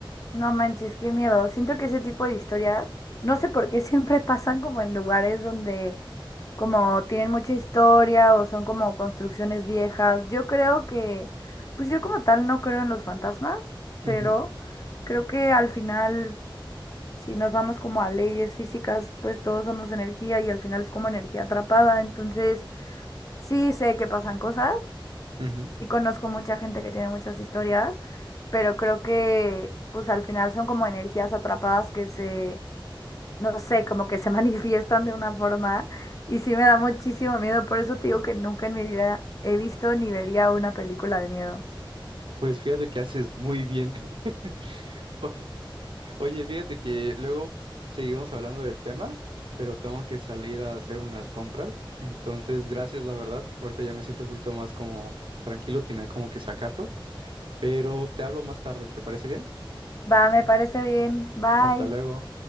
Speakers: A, on the left; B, on the right.
A: No manches, qué miedo. Siento que ese tipo de historias, no sé por qué <laughs> siempre pasan como en lugares donde como tienen mucha historia o son como construcciones viejas. Yo creo que, pues yo como tal no creo en los fantasmas, pero
B: Ujú,
A: creo que al final, si nos vamos como a leyes físicas, pues todos somos energía y al final es como energía atrapada. Entonces, sí sé que pasan cosas,
B: ujú.
A: sí conozco mucha gente que tiene muchas historias, pero creo que, pues al final son como energías atrapadas que se no sé, como que se <laughs> manifiestan de una forma y sí me da muchísimo miedo, por eso te digo que nunca en mi vida he visto ni vería una película de miedo.
B: Pues fíjate que haces muy bien. <laughs> Oye, fíjate que luego seguimos hablando del tema, pero tengo que salir a hacer unas compras. Entonces, gracias, la verdad. Ahorita ya me siento un poquito más como tranquilo, tenía como que sacarlo. Pero te hablo más tarde, ¿te parece bien?
A: Va, me parece bien. Bye.
B: Hasta luego.